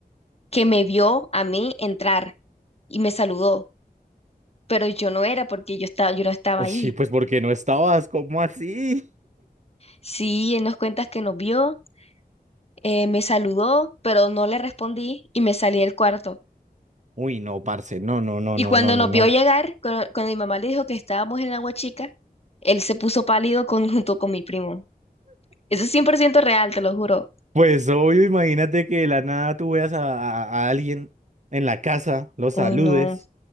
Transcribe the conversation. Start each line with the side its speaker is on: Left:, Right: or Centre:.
Left: que me vio a mí entrar y me saludó, pero yo no era porque yo estaba, yo no estaba
Right: Uy,
Left: ahí.
Right: Sí, pues porque no estabas, ¿cómo así?
Left: Sí, él nos cuenta que nos vio, eh, me saludó, pero no le respondí y me salí del cuarto.
Right: Uy, no, parce, no, no, no,
Left: Y
Right: no,
Left: cuando
Right: no, no,
Left: nos
Right: no.
Left: vio llegar, cuando, cuando mi mamá le dijo que estábamos en Agua Chica, él se puso pálido con, <laughs> junto con mi primo. Eso es 100% real, te lo juro.
Right: Pues obvio, imagínate que de la nada tú veas a, a- a alguien en la casa, lo saludes,
Left: Uy, no,